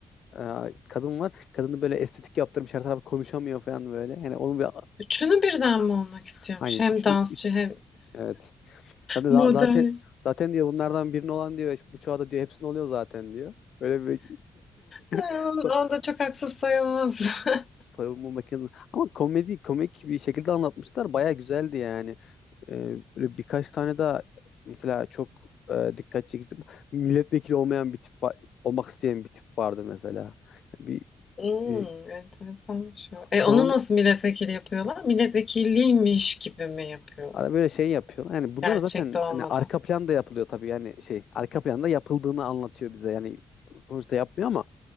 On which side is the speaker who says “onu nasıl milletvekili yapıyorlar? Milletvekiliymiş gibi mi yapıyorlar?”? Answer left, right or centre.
Left